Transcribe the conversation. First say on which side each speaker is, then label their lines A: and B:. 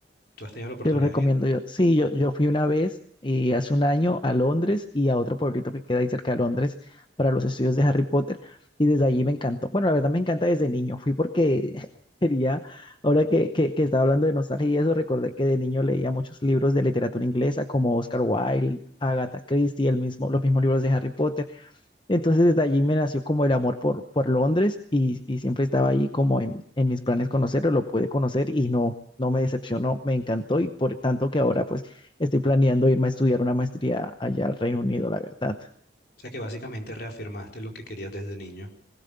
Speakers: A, on the left; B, on the left.
A: ¿Tú has tenido la oportunidad
B: Te lo recomiendo
A: de ir?
B: yo. Sí, yo, yo fui una vez eh, hace un año a Londres y a otro pueblito que queda ahí cerca de Londres para los estudios de Harry Potter y desde allí me encantó. Bueno, la verdad me encanta desde niño. Fui porque <laughs> quería, ahora que, que, que estaba hablando de nostalgia y eso, recordé que de niño leía muchos libros de literatura inglesa como Oscar Wilde, Agatha Christie, el mismo, los mismos libros de Harry Potter. Entonces desde allí me nació como el amor por, por Londres y, y siempre estaba ahí como en, en mis planes conocerlo, lo pude conocer y no, no me decepcionó, me encantó y por tanto que ahora pues estoy planeando irme a estudiar una maestría allá al Reino Unido, la verdad.
A: O sea que básicamente reafirmaste lo que querías desde niño,